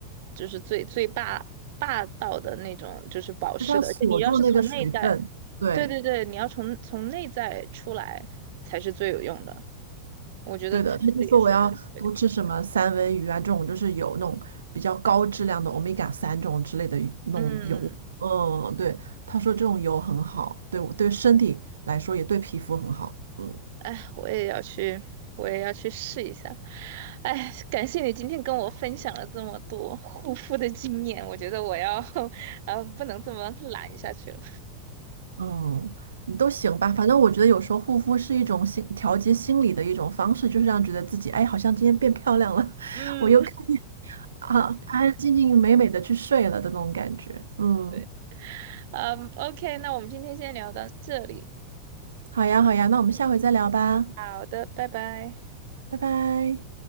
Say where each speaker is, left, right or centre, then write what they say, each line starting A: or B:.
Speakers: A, on the right (about 50°); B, on the right (about 70°).
A: 就是最最霸霸道的那种，就是保湿的。
B: 就是要锁住那个水分。
A: 而且你要是从内在，
B: 对，
A: 对对对，你要从从内在出来才是最有用的。我觉得他这个也说的对，
B: 对的，他就说我要多吃什么三文鱼啊，这种就是有那种比较高质量的欧米伽三这种之类的鱼那种油。
A: 嗯。
B: 嗯，对，他说这种油很好，对我对身体来说也对皮肤很好。嗯。
A: 哎，我也要去，我也要去试一下。哎，感谢你今天跟我分享了这么多护肤的经验，我觉得我要，<laughs> 呃，不能这么懒下去了。
B: 嗯，都行吧，反正我觉得有时候护肤是一种心调节心理的一种方式，就是让觉得自己哎，好像今天变漂亮了，<laughs>
A: 嗯
B: 我又可以啊安安静静美美的去睡了的那种感觉。嗯，
A: <laughs> 对，嗯，OK，那我们今天先聊到这里。
B: 好呀好呀，那我们下回再聊吧，
A: 嗯，好的，拜拜。
B: 拜拜。